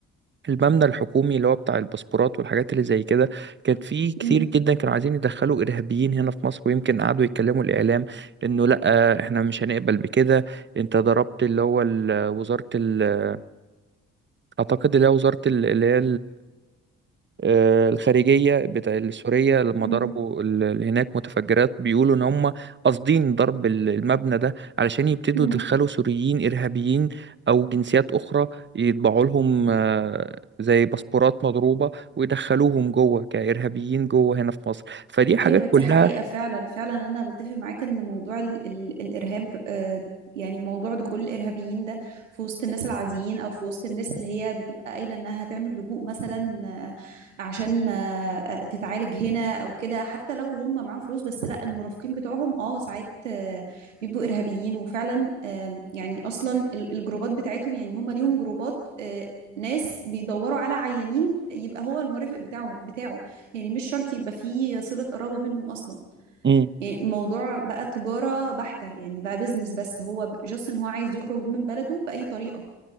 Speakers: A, on the right (about 30°); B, on the right (about 85°).
A: المبنى الحكومي اللي هو بتاع الباسبورات والحاجات اللي زي كده كانت في كتير
B: مم.
A: جدا كانوا عايزين يدخلوا ارهابيين هنا في مصر ويمكن قعدوا يتكلموا الاعلام انه لا آه، احنا مش هنقبل بكده انت ضربت اللي هو ال- وزارة ال- اعتقد اللي هي وزارة ال- اللي هي آه، الخارجية بتاع السورية لما
B: مم.
A: ضربوا ال- اللي هناك متفجرات بيقولوا إن هم قاصدين ضرب ال- المبنى ده علشان يبتدوا
B: مم.
A: يدخلوا سوريين إرهابيين أو جنسيات أخرى يطبعوا لهم آه، زي باسبورات مضروبة ويدخلوهم جوه كإرهابيين جوه هنا في مصر فدي حاجات
B: ايوه دي
A: كلها
B: حقيقة فعلا فعلا انا بتفق معاك ان موضوع ال ال الارهاب آه، يعني موضوع دخول الارهابيين ده في وسط الناس العاديين او في وسط الناس اللي هي بتبقى قايلة انها هتعمل لجوء مثلا آه، عشان آه، آه، تتعالج هنا او كده حتى لو هم معاهم فلوس بس لا المرافقين بتوعهم اه ساعات آه، بيبقوا ارهابيين وفعلا آه، يعني اصلا ال- الجروبات بتاعتهم يعني هم ليهم جروبات آه، ناس بيدوروا على عيانين يبقى هو المرافق بتاعه بتاعه يعني مش شرط يبقى فيه صلة قرابة بينهم أصلا
A: مم.
B: يعني الموضوع بقى تجارة بحتة يعني بقى بيزنس بس هو جاست إن هو عايز يخرج من بلده بأي طريقة